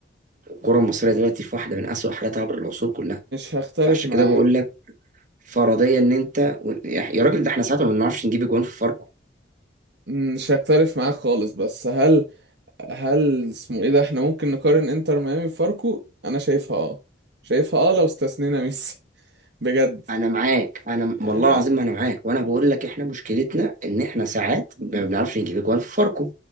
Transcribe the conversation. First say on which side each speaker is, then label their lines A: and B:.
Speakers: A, on the right; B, on the right.
A: الكرة المصرية دلوقتي في واحدة من أسوأ حالاتها عبر العصور كلها
B: هختلف
A: فعشان
B: معاك
A: كده بقول لك فرضيا ان انت و- يا يا راجل ده احنا ساعتها ما بنعرفش نجيب اجوان في فاركو
B: مش هختلف معاك خالص بس هل هل اسمه ايه ده احنا ممكن نقارن انتر ميامي بفاركو انا شايفها اه شايفها اه لو استثنينا ميسي <laughs> بجد
A: انا معاك انا
B: يعني
A: والله العظيم ما انا معاك وانا بقول لك احنا مشكلتنا ان احنا ساعات
B: مم.
A: ما بنعرفش نجيب اجوان في فاركو